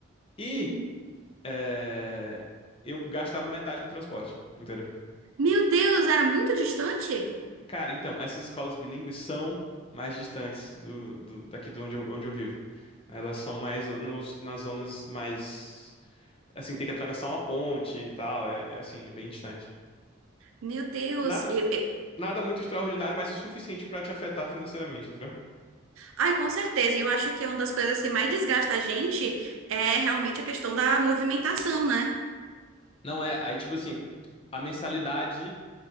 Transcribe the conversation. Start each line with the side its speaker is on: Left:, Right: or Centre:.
Left: E
Right: uhum.
Left: é, eu gastava metade com transporte, entendeu?
Right: Meu Deus, era muito distante?
Left: Cara, então, essas escolas bilíngues são mais distantes do, do- daqui de onde eu, onde eu vivo. Elas são mais nos, nas zonas mais. Assim, tem que atravessar uma ponte e tal, é, é assim, bem distante.
Right: Meu Deus.
Left: Nada,
Right: E- e-
Left: nada muito extraordinário, mas o suficiente pra te afetar financeiramente, entendeu
Right: Ai, com certeza. Eu acho que uma das coisas que mais desgasta a gente é realmente a questão da movimentação, né?
Left: Não é, aí tipo assim, a mensalidade